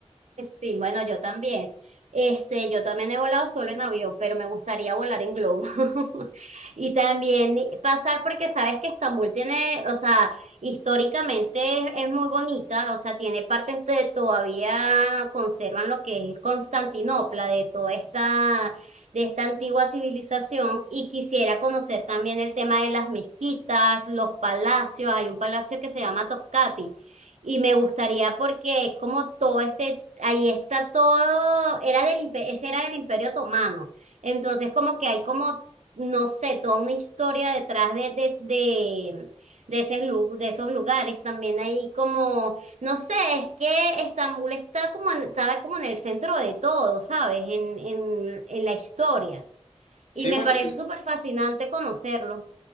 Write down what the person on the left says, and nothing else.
Sí,
bueno,
si